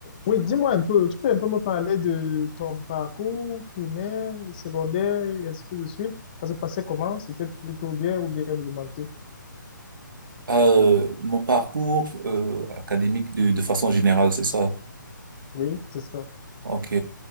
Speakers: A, on the left; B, on the right.
A: Oui, dis-moi un peu, tu peux un peu me parler de ton parcours primaire, secondaire, et ainsi de suite. Ça se passait comment? C'était plutôt bien ou bien mouvementé?
B: Euh, mon parcours euh, académique de, de façon générale, c'est ça.
A: Oui, c'est ça.
B: Ok.